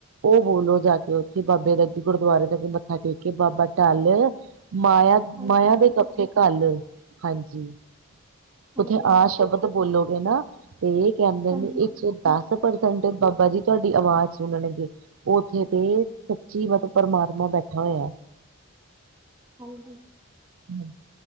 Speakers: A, on the right; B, on the right.
A: ਉਹ ਬੋਲੋ ਜਾ ਕੇ ਉੱਥੇ ਬਾਬੇ ਦਾੀ ਗੁਰਦੁਆਰੇ ਅੱਗੇ ਮੱਥਾ ਮੱਥਾ ਟੇਕੇ ਬਾਬਾ ਢੱਲ, ਮਾਇਆ,
B: ਹਾਂਜੀ
A: ਮਾਇਆ
B: ਹਾਂਜੀ
A: ਦੇ ਗੱਫੇ ਘੱਲ। ਹਾਂਜੀ
B: ਹਾਂਜੀ
A: ਉੱਥੇ ਆ ਸ਼ਬਦ ਬੋਲੋਗੇ ਨਾ, ਤੇ ਕੈਦੇ
B: ਹਾਂਜੀ
A: ਨੇ
B: ਹਾਂਜੀ ਹਾਂਜੀ ਹਾਂਜੀ
A: ਇੱਕਸੋ ਦਸ ਪਰਸੈਂਟ ਬਾਬਾ ਜੀ ਤੁਆਡੀ ਆਵਾਜ਼ ਸੁਣਨਗੇ, ਉੱਥੇ ਤੇ ਸੱਚੀ ਮਤਲਬ ਪਰਮਾਤਮਾ ਬੈਠਾ ਹੋਇਆ।
B: ਹਾਂਜੀ।
A: ਹੂੰ।